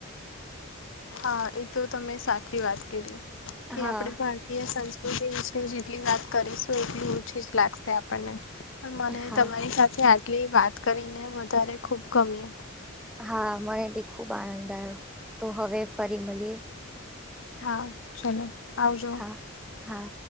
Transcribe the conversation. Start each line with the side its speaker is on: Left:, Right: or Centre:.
Left: હા. એ તો તમે સાચી વાત કીધી,
Centre: હા
Left: કે આપણી ભારતીય સંસ્ કૃતિ વિશે જેટલી વાત કરીશું એટલી ઓછી જ લાગશે આપણને. પન મને
Centre: હા
Left: તમારી સાથે આટલી વાત કરીને વધારે ખૂબ ગમ્યું.
Centre: હા મને બી ખૂબ આનંદ આયો. તો હવે ફરી મલીએ.
Left: હા ચલો. આવજો
Centre: હા હા,